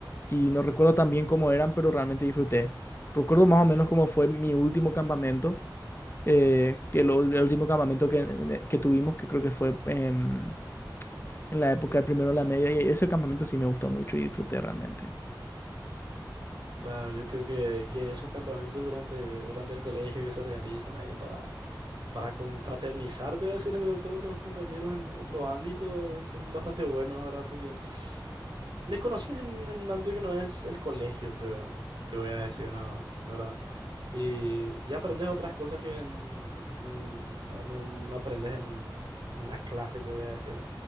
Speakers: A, on the left; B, on the right.
A: Y no recuerdo tan bien cómo eran, pero realmente disfruté. Recuerdo más o menos cómo fue mi último campamento eh, que lo- el último campamento que, que tuvimos, que creo que fue em, en la época de primero de la media, y ese campamento sí me gustó mucho y disfruté realmente.
B: Claro, yo creo que, que esos campamentos durante, durante el colegio que se organizan ahí para, para confraternizar, te voy a decir, entre todos los compañeros en otro ámbito, son bastante buenos, ¿verdad? Porque Les conoces en, en un ámbito que no es el colegio, te, voy a te voy a decir, ¿no? ¿Verdad? Y, y aprendes otras cosas que en- mm, no, no- no aprendes en, en la clase, te voy a decir.